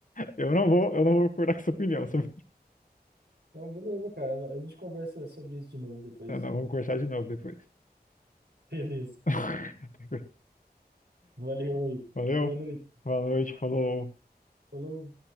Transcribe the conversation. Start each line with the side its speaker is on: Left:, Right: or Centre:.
Left: Eu não vou, eu não vou concordar com sua opinião. Sua-
Right: Então, beleza, cara. A gente conversa sobre isso de novo depois.
Left: Não, não, vamos conversar de novo depois.
Right: Beleza.
Left: <laughs>
Right: Valeu aí.
Left: Valeu,
Right: Boa noite.
Left: boa noite, falou.
Right: Falou.